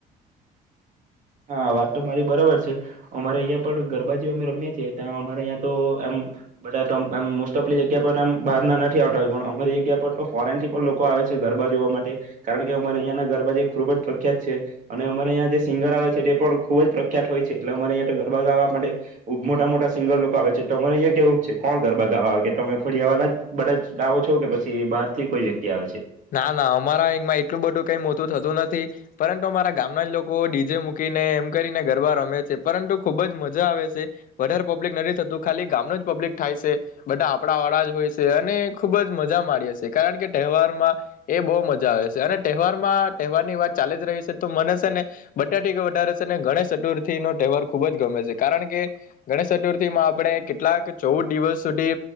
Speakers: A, on the right (about 50°); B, on the left (about 55°).
A: હા વાત તો મારી બરાબર છે અમારે અહીં પણ ગરબા જે અમે રમએ છીએ ત્યા અમારે અહીંયા તો એ બધા મ મોસ્ટ ઓફલી જગ્યા પરમ બહાર ના નથી આવતા હોય પણ અમારી જગ્યા પર તો ફોરેન થી પણ લોકો આવે છે ગરબા જોવા માટે કારણ કે અમારે અહં ના ગરબા જે ખુબ જ પ્રખ્યાત છે અને અમારે અહીંયા જે સિંગર આવે છે. એ પણ ખુબ જ પ્રખ્યાત હોય છે એટલે અમારે અહંયા તો ગરબા ગાવા માટે મોટા મોટા સિંગર લોકો આવે છે તોરે અહંયા કેવું છે કોણ ગરબા ગાવા આવે કે તમે ફળિયા વાળા બધા જ ગાઓ છો કે પછી બહાર થી કોઈ વ્યક્તિ આવે છે.
B: ના ના અમારા અંમાં એટલું બધું કઈ મોટું થતું નથી પરંતુ અમારા ગામના જ લોકો ડીજે મૂકીને એમ કરીને ગરબા રમે છે પરંતુ ખુબ જ મજા આવે છે વધારે પબ્લિક નથી થતું ખાલી ગામનું જ પબ્લિક થાય છે બધા આપણા વાળા જ હોય છે અને ખુબ જ મજા માડી છે કારણ કે તહેવારમાં. એ બહુ મજા આવે છે અને તહેવારમાં તહેવારની વાત ચાલી જ રહી છે તો મને છે ને બટા ટકા વધારે છે ને ગણેશ ચતુર્થી નો તહેવાર ખુબ જ ગમે છે કારણ કે ગણેશ ચતુર્થી માં આપણે કેટલાક ચૌદ દિવસ સુધી